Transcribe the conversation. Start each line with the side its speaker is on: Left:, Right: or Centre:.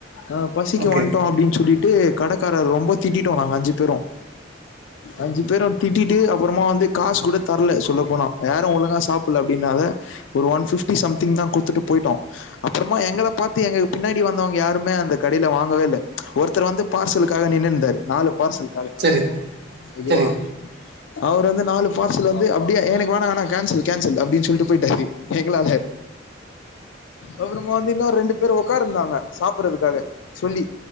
Left: ஆ பசிக்கு
Right: ஓகே
Left: வண்ட்டோ அப்டின் சொல்லி ட்டு கடக்காரர் ரொம்ப திட்டிட்டோ நாங்க அஞ்சு பேரு அஞ்சு பேரு திட் டிட்டு அப்பறமா வந்து காஸ் கூட தர்ல சொல்லப் போனா யாரு ஒழுங்கா சாப்புல்ல அப்டினால ஒரு ஒன் ஃபிஃப்டி சம்திங் தா குத்துட்டு போய்ட்டோ அப்பறமா எங்கள பாத்து எங்க பின்னாடி வந்தவங்க யாருமே அந்த கடைல வாங்கவே இல்ல ஒருத்தர் வந்து பார்சலுக்காக நின்னுந்தாரு நாலு பார்சல் காலு
Right: சரி
Left: ஓகேவா
Right: சரி
Left: அவ்ரு வந்து நாலு பார்சல் வந்து அப்டியே எனக்கு வேணா ஆனா கேன்சல் கேன்சல் அப்டின் சொல்ட்டு போயிட்டாரு எங்களால அப்பறமா வந்து இன்னொரு ரெண்டு பேரு ஒக்காருந்தாங் க சாப்புர்றதுக்காக சொல்லி